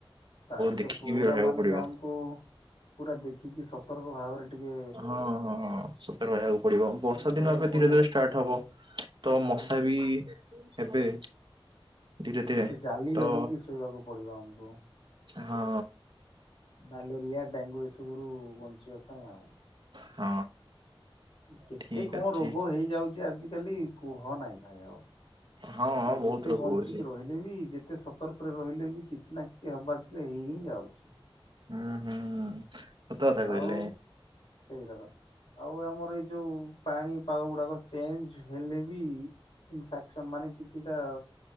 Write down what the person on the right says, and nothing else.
ଦେଖିକି
ବି ରହିବାକୁ
ପଡିବ
ହଁ, ହଁ, ହଁ ସତର୍କ ରହିବାକୁ ପଡିବ। ବର୍ଷା
ଦିନ ଏବେ ଧୀରେ
ଧୀରେ ଷ୍ଟାର୍ଟ ହବ। ତ
ମଶା ବି ହେବେ। ଧୀରେ ଧୀରେ
ତ
ହଁ।
ହଁ।
ଠିକ
ଅଛି
ହଁ
ବହୁତ
ରୋଗ
ହଉଛି
ହୁଁ ହୁଁ। ସତ କଥା କହିଲେ